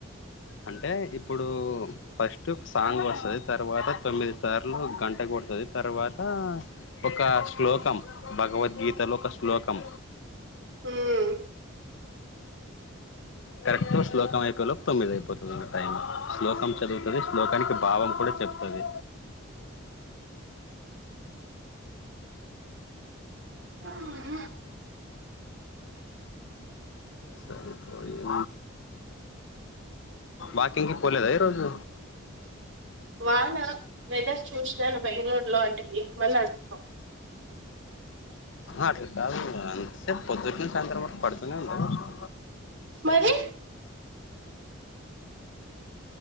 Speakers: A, on the left; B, on the right.
A: అంటే ఇప్పుడు ఫస్ట్ సాంగ్ వస్తది తర్వాత తొమ్మిది సార్లు గంట కొడుతుది తర్వాత ఒక శ్లోకం భగవతగిత లో ఒక శ్లోకం
B: ఉమ్
A: కరెక్ట్ శ్లోకం అయిపోయలోపు తొమ్మిది అయిపోతుంది ఇంకా టైమ్ శ్లోకం చదువుతది శ్లోకానికి భావం కూడా చెప్తది
B: మ్మ్
A: సరిపోయింది వాకింగ్ కి పోలేదా ఈ రోజు
B: వాన వెదర్ చూసినాను బెంగళూరు లో అంటివి మళ్ళీ అడుగుతావ్
A: అట్లా కాదు అంతే పొద్దుటి నుంచి సాయంత్రం వరకు పడుతునే ఉంది వర్షం
B: మరి